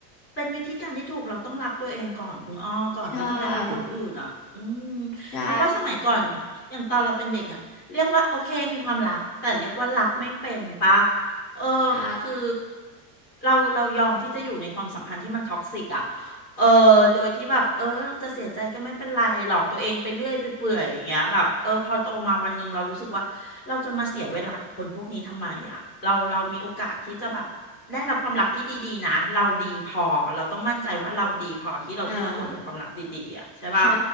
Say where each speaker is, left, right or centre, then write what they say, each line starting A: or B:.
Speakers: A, on the left; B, on the left.
A: เป็นวิธีการที่ถูกเราต้องรักตัวเองก่อนคุณอ้อก่อนที่จะไปรักคนอื่นอ่ะอืม
B: ใช่ใช่
A: เพราะว่าสมัยก่อนอย่างตอนเราเป็นเด็กอ่ะเรียกว่าโอเคมีความรักแต่เรียกว่ารักไม่เป็นปะเออ
B: ใช่
A: คือเราเรายอมที่จะอยู่ในความสัมพันธ์ที่มันท็อกซิกอ่ะเออโดยที่แบบเออจะเสียใจก็ไม่เป็นไรหลอกตัวเองไปเรื่อยไปเปื่อยอย่างเงี้ยแบบเออพอโตมาวันหนึ่งเรารู้สึกว่าเราจะมาเสียเวลากับคนพวกนี้ทำไมอ่ะเราเรามีโอกาสที่จะแบบ ได้รับความรักที่ดีๆนะเราดีพอเราต้องมั่นใจว่าเราดีพอที่เราคู่ควรกับความรักดีๆอ่ะใช่ป่ะ
B: อ่าใช่